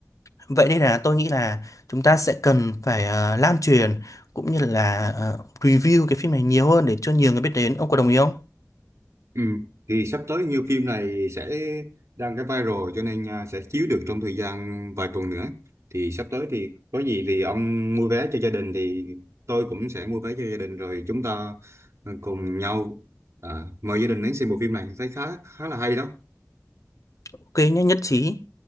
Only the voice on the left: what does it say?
Vậy đây là tôi nghĩ là chúng ta sẽ cần phải ờ, lan truyền cũng như là ờ, review cái phim này nhiều hơn để cho nhiều người biết đến. Ông có đồng ý không?
Ok nhé, nhất trí.